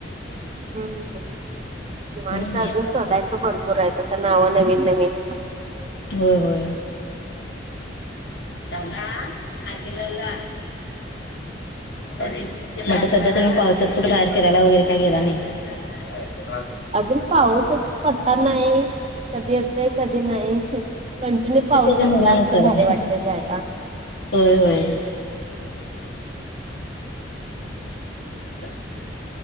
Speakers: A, on the right; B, on the left.
A: हम्म कि माणस
B: हम्म,
A: अजून शोधायचं भरपूर आहेह आ नाव नवीन नवीन
B: होय होय जाला हगलला मगता सध्या तुम्ही पाहचत कुठे बाहेर फिरायला वगैरे काही गेला नाही अ स
A: अजून पाऊसच पत्ता नाही कधी येतय कधी नाही कंटिन्यू पाऊस
B: ते त्याच्या मनानुसार
A: असला तर भारी
B: आहे
A: वाटते जायला
B: होय होय <inaudible>